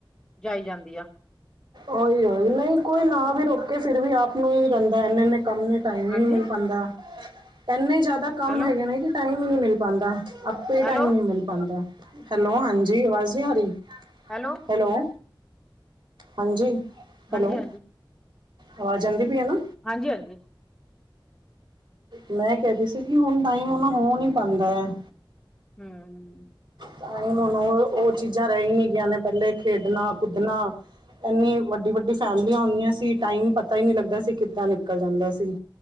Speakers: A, in the centre; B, on the right.
A: ਜਾਈ ਜਾਂਦੀ ਆ।
B: ਓਹੀ -ਉਹੀ ਨਹੀਂ ਕੋਈ ਨਾ ਵੀ ਰੋਕੇ ਫਿਰ ਵੀ ਆਪ ਨੂੰ ਹੀ ਰਹਿੰਦਾ ਇੰਨੇ- ਇੰਨੇ ਕੰਮ ਨੇ। ਟਾਈਮ ਹੀ
A: ਹਾਂਜੀ
B: ਨਹੀਂ ਮਿਲ ਪਾਂਦਾ, ਇੰਨੇ ਜ਼ਿਆਦਾ ਕੰਮ
A: ਹੈਲੋ
B: ਹੈਗੇ ਨੇ ਕਿ ਟਾਈਮ ਹੀ ਨਹੀਂ ਮਿਲ ਪਾਂਦਾ। ਆਪੇ
A: ਹੈਲੋ
B: ਟਾਈਮ ਨਹੀਂ ਮਿਲ ਪਾਂਦਾ, ਹੈਲੋ, ਹਾਂਜੀ ਆਵਾਜ਼ ਨਹੀਂ ਆ ਰਹੀ।
A: ਹੈਲੋ।
B: ਹੈਲੋ, ਹਾਂਜੀ।
A: ਹਾਂਜੀ
B: ਹੈਲੋ,
A: ਹਾਂਜੀ
B: ਆਵਾਜ਼ ਆਔਦੀ ਪਈ ਹੈ ਨਾ।
A: ਹਾਂਜੀ- ਹਾਂਜੀ!
B: ਮੈਂ ਕਹਿਦੀ ਸੀਗੀ ਹੁਣ ਟਾਈਮ ਉਹ ਹੋ ਨ ਪਾਉਂਦਾ ਹੈ।
A: ਹਮ।
B: ਤਾਂਹੀ ਹੁਣ ਉਹ -ਉਹ ਚੀਜ਼ਾਂ ਰਹਿ ਹੀ ਨਹੀਂ ਗਈਆਂ ਨੇ ਪਹਿਲੇ ਖੇਡਣਾ, ਕੁਦਣਾ। ਇੰਨੀ ਵੱਡੀ -ਵੱਡੀ ਫੈਮਲੀਆਂ ਆਉਂਦੀਆਂ ਸੀ ਟਾਈਮ ਪਤਾ ਹੀ ਨਹੀਂ ਲੱਗਦਾ ਸੀ ਕਿੱਦਾਂ ਨਿਕਲ ਜਾਂਦਾ ਸੀ।